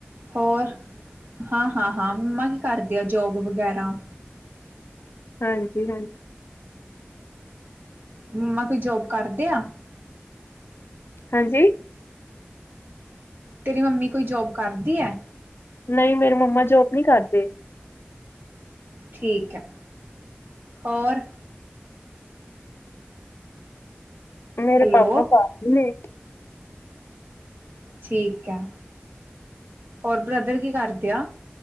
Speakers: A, on the right; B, on the left.
A: ਹੋਰ ਹਾਂ -ਹਾਂ -ਹਾਂ ਮੰਮਾ ਕੀ ਕਰਦੇ ਆ ਜੋਬ ਵਗੈਰਾ?
B: ਹਾਂਜੀ -ਹਾਂਜੀ।
A: ਮੰਮਾ ਕੋਈ ਜੋਬ ਕਰਦੇ ਆ?
B: ਹਾਂਜੀ?
A: ਤੇਰੀ ਮੰਮੀ ਕੋਈ ਜੋਬ ਕਰਦੀ ਹੈ?
B: ਨਹੀਂ ਮੇਰੇ ਮੰਮਾ ਜੋਬ ਨਹੀਂ ਕਰਦੇ।
A: ਠੀਕ ਹੈ। ਹੋਰ?
B: ਮੇਰੇ
A: ਹੈਲੋ
B: ਪਾਪਾ <unintelligible> ਨੇ।
A: ਠੀਕ ਹੈ। ਹੋਰ ਬ੍ਰਦਰ ਕੀ ਕਰਦੇ ਆ?